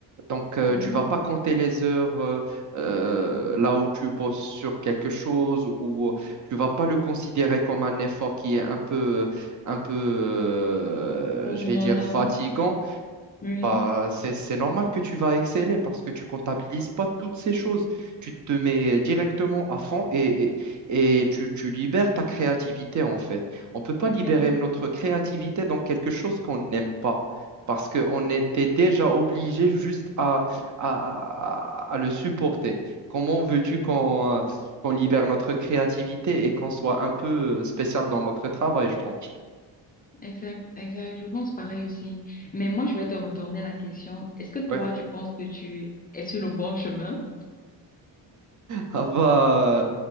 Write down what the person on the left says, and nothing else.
Mhm.
En
demandant.
Oui.
Exact,
exact, exact. Je pense pareil aussi. Mais moi, je vais te retourner la question. Est-ce que toi,
tu penses que tu es sur le bon chemin?